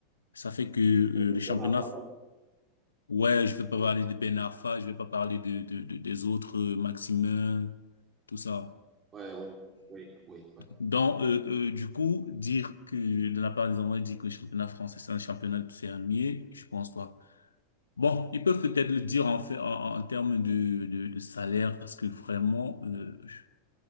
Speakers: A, on the left (about 75°); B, on the right (about 25°).
A: Ça fait que euh,
B: Une
A: le championnat,
B: Bonne affaire.
A: ouais, je vais pas
B: Oui.
A: parler de Ben Arfa, je vais pas parler de, de, de- des autres, euh, Maximin, tout ça.
B: Ouais, ouais, oui, oui. parce
A: Donc, euh, euh, du coup, dire que de la part des Anglais, dire que le championnat français, c'est un championnat fermier, je pense pas. Bon, ils peuvent peut-être le dire en fait, en, en termes de, de, de salaire, parce que vraiment, euh, je-